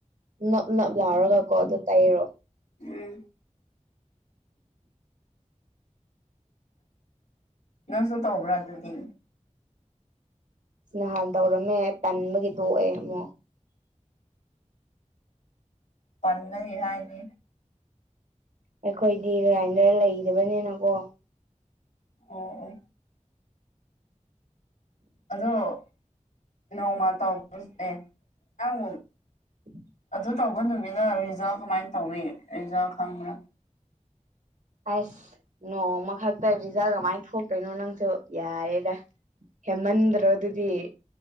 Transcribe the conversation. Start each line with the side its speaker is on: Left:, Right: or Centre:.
Right: ꯅꯞ ꯅꯞ ꯂꯥꯎꯔꯒ ꯀꯣ ꯑꯗꯨ ꯇꯩꯔꯣ
Left: ꯎꯝ ꯅꯪꯁꯨ ꯇꯧꯕ꯭ꯔꯥ ꯑꯗꯨꯗꯤ
Right: ꯅꯍꯥꯟ ꯇꯧꯔꯝꯃꯦ ꯇꯟꯕꯒꯤ ꯊꯣꯛꯑꯦ ꯑꯃꯨꯛ
Left: ꯄꯥꯟꯅ ꯏꯍ ꯏꯅꯦ
Right: ꯑꯩꯈꯣꯏꯗꯤ ꯒ꯭ꯔꯥꯏꯟꯗꯔ ꯂꯩꯗꯕꯅꯤꯅꯀꯣ
Left: ꯑꯣ ꯑꯣ ꯑꯗꯣ ꯅꯣꯡꯃ ꯇꯧꯕꯗꯨꯅꯦ ꯅꯪ
Right: <inaudible>
Left: ꯑꯗꯨ ꯇꯧꯕ ꯅꯨꯃꯤꯅ ꯔꯤꯖꯜ ꯀꯃꯥꯏꯅ ꯇꯧꯋꯤ ꯔꯤꯖꯜ ꯈꯪꯕ꯭ꯔꯥ
Right: ꯑꯁ ꯅꯣꯡꯃ ꯈꯛꯇ ꯔꯤꯖꯜ ꯀꯃꯥꯏꯅ ꯊꯣꯛꯇꯣꯏꯅꯣ ꯅꯪꯁꯨ ꯌꯥꯏꯑꯦꯗ ꯍꯦꯃꯟꯗ꯭ꯔꯣ ꯑꯗꯨꯗꯤ